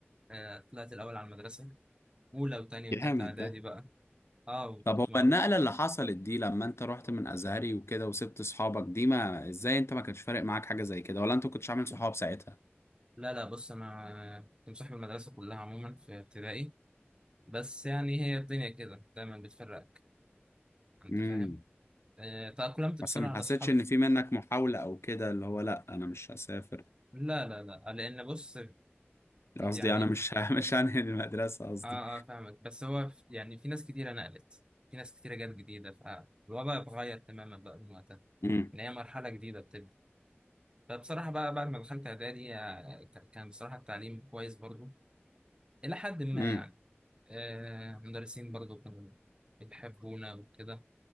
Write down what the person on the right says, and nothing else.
آه طلعت الأول على المدرسة أولى وتانية
وتالتة إعدادي
بقى أه
كنت
معروف
لا لا بص أنا كنت مصاحب المدرسة كلها عموما في ابتدائي بس يعني هي الدنيا كده دايما بتفرقك أنت
فاهم آه تأقلمت بسرعة
على
أصحابي
في-
لا لا لا لأن بص
يعني
اه اه فاهمك بس هو في- يعني في ناس كتيرة نقلت في ناس كتيرة جت جديدة فالوضع اتغير تماما بقى من وقتها
ان هي مرحلة جديدة بتبدأ فبصراحة بقى بعد ما دخلت اعدادي آه، ك- كان بصراحة التعليم كويس برضو الى حد ما
يعني آه مدرسين برضو كانوا بيحبونا وكده